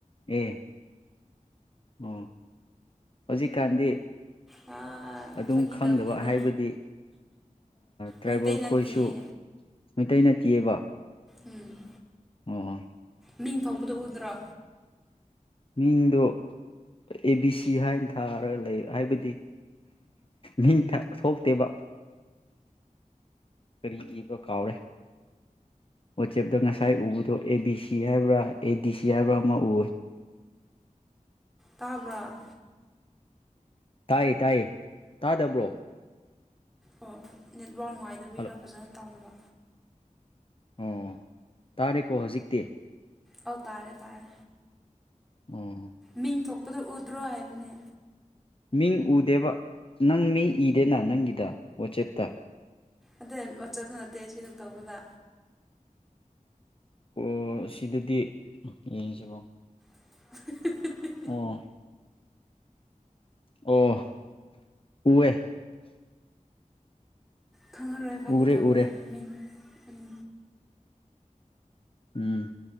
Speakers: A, on the left (about 40°); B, in the centre.
A: ꯑꯦ ꯑꯣ ꯍꯧꯖꯤꯛꯀꯥꯟꯗꯤ
B: ꯑꯥ
A: ꯑꯗꯨꯝ
B: ꯐꯥꯒꯤ
A: ꯈꯪꯗꯕ
B: ꯇꯧꯕꯅꯤꯗ
A: ꯍꯥꯏꯕꯗꯤ ꯇ꯭ꯔꯥꯏꯕꯦꯜ
B: ꯃꯩꯇꯩ ꯅꯠꯇꯤꯌꯦ
A: ꯈꯣꯏꯁꯨ ꯃꯩꯇꯩ ꯅꯠꯇꯤꯑꯕ
B: ꯎꯝ
A: ꯑꯣ
B: ꯃꯤꯡ ꯐꯥꯎꯕꯗ ꯎꯗ꯭ꯔꯣ
A: ꯃꯤꯡꯗꯣ ꯑꯦ ꯕꯤ ꯁꯤ ꯍꯥꯏꯅ ꯊꯥꯔꯒ ꯂꯩ ꯍꯥꯏꯕꯗꯤ ꯅꯤꯡ ꯁꯣꯛꯇꯦꯕ ꯀꯔꯤ ꯏꯕ ꯀꯥꯎꯔꯦ ꯋꯥꯆꯦꯞꯇ ꯉꯁꯥꯏ ꯎꯕꯗꯣ ꯑꯦ ꯕꯤ ꯁꯤ ꯍꯥꯏꯕ꯭ꯔꯥ ꯑꯦ ꯗꯤ ꯁꯤ ꯍꯥꯏꯕ꯭ꯔꯥ ꯑꯃ ꯎ
B: ꯇꯥꯕ꯭ꯔꯥ
A: ꯇꯥꯏꯌꯦ ꯇꯥꯏꯌꯦ ꯇꯥꯗꯕ꯭ꯔꯣ
B: ꯑꯣ ꯅꯦꯠꯋꯥꯛ ꯅꯨꯡꯉꯥꯏꯗꯕꯤꯔꯥ
A: ꯍꯜꯂꯣ
B: ꯐꯖꯅ ꯇꯥꯗꯕ
A: ꯑꯣ ꯇꯥꯔꯦꯀꯣ ꯍꯧꯖꯤꯛꯇꯤ
B: ꯑꯧ ꯇꯥꯔꯦ ꯇꯥꯔꯦ
A: ꯑꯣ
B: ꯃꯤꯡ ꯊꯣꯛꯄꯗꯨꯣ ꯎꯗ꯭ꯔꯣ ꯍꯥꯏꯕꯅꯦ
A: ꯃꯤꯡ ꯎꯗꯦꯕ ꯅꯪ ꯃꯤ ꯏꯗꯦꯅ ꯅꯪꯒꯤꯗ ꯋꯥꯆꯦꯞꯇ
B: ꯑꯗꯩ ꯋꯥꯠꯆꯠꯗꯨ ꯅꯠꯇꯦ ꯁꯤꯗ ꯇꯧꯕꯗ
A: ꯑꯣ ꯁꯤꯗꯗꯤ ꯌꯦꯡꯁꯤꯕꯣ
B: <inaudible>
A: ꯑꯣ ꯑꯣ꯫ <unintelligible>
B: ꯈꯪꯍꯜꯔꯣꯏ ꯐꯈꯤꯗꯕꯅꯦ
A: ꯎꯔꯦ ꯎꯔꯦ
B: ꯃꯤꯡ ꯎꯝ꯫
A: ꯎꯝ